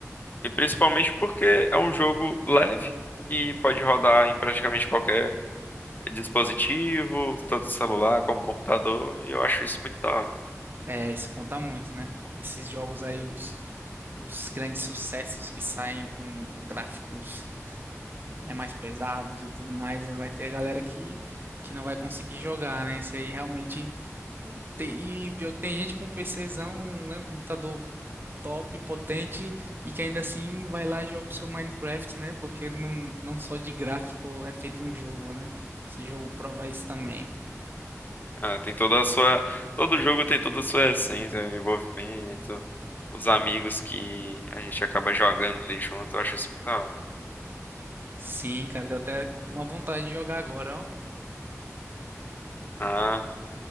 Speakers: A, on the left (about 35°); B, on the right (about 40°).
A: E principalmente porque é um jogo leve e pode rodar em praticamente qualquer dispositivo, tanto celular como computador, e eu acho isso muito da hora.
B: É, isso conta muito, né? Esses jogos aí, os, os grandes sucessos que saem com gráficos é, mais pesados e tudo mais, né? vai ter a galera que, que não vai conseguir jogar, né? Isso aí realmente tem. E o pior é que tem gente com PCzão, né? Um computador top, potente e que ainda assim vai lá e joga o seu Minecraft, né? Porque não, não só de gráfico é feito um jogo, né? Esse jogo prova isso também.
A: Ah, tem toda a sua. Todo jogo tem toda a sua essência, né? envolvimento, os amigos que a gente acaba jogando ali junto. Eu acho isso. muito da hora.
B: Sim, cara, deu até uma vontade de jogar agora, ó.
A: Ah,